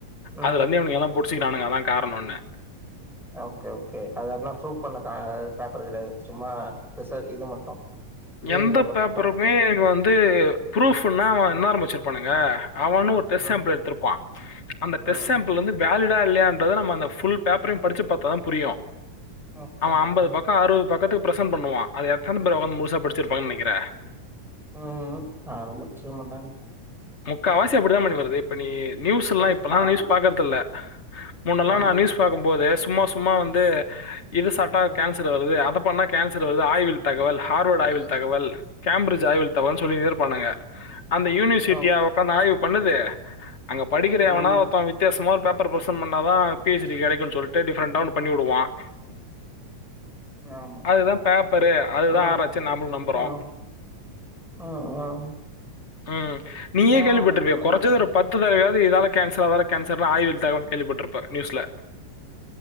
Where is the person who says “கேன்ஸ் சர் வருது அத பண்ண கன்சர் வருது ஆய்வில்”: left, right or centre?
Left